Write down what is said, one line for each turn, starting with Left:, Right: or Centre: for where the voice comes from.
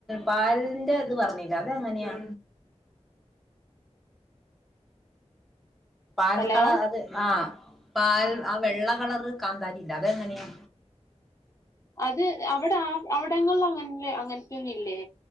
Centre: പാലിന്റെത് പറഞ്ഞിലെ അതെങ്ങനെയാ? പാൽ
Left: ഹലോ
Centre: കളഅത് അഹ് പാൽ ആ വെള്ള കളറ്കാന്താരിണ്ട് അതെങ്ങനെയാ?
Left: അത് അവിടെ ആ അവിടങ്ങളില് അങ്ങനന്നെയാ അങ്ങനതൊനില്ലേ